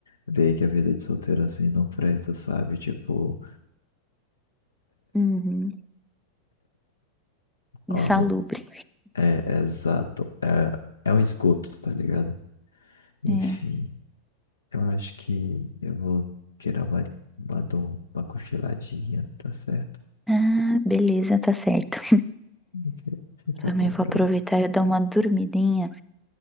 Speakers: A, on the left; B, in the centre.
A: vê que a vida de solteiro assim não presta, sabe? Tipo,
B: Uhum. Insalubre.
A: ó, não- é, é exato. É, é um esgoto, tá ligado? Enfim,
B: É.
A: eu acho que eu vou tirar uma, uma, dor, uma cochiladinha, tá certo?
B: Ah, beleza, tá certo.
A: Porque Fica
B: Também
A: pra
B: vou
A: próxima.
B: aproveitar e dar uma dormidinha.